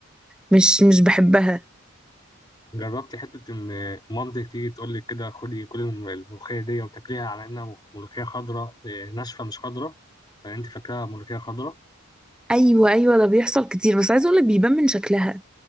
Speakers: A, in the centre; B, on the left.
A: مش مش بحبها
B: جربتي حتة إن مامتك تيجي تقول لك كده خدي كل الم- الملوخية دي وتاكليها على إنها ملوخية خضراء إيه، ناشفة مش خضراء فأنت فاكراها ملوخية خضراء
A: ايوه ايوه ده بيحصل كتير بس عايزه اقولك بيبان من شكلها